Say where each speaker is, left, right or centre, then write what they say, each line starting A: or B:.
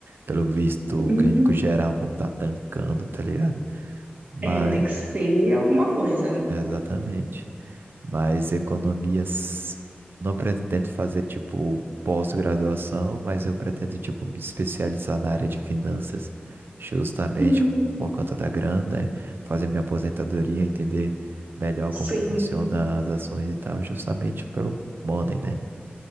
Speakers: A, on the right; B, on the right.
A: pelo visto, o
B: Uhum.
A: clínico geral não tá tancando, tá ligado? Mas,
B: É, tem que ser alguma coisa.
A: exatamente. Mas economias, não pretendo fazer, tipo, pós-graduação, mas eu pretendo, tipo, me especializar na área de finanças, justamente
B: Uhum.
A: por conta da grana, né? Fazer minha aposentadoria, entender melhor como
B: Sim,
A: funcionam as ações e tal, justamente pelo money, né?